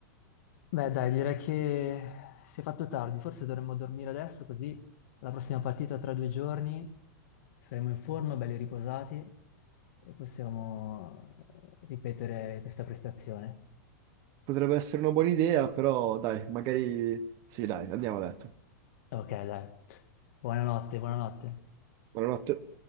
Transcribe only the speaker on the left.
Beh, dai, direi che si è fatto tardi, forse dovremmo dormire adesso, così la prossima partita tra due giorni saremo in forma, belli riposati e possiamo eh, ripetere questa prestazione.
Ok, dai. Buonanotte, buonanotte.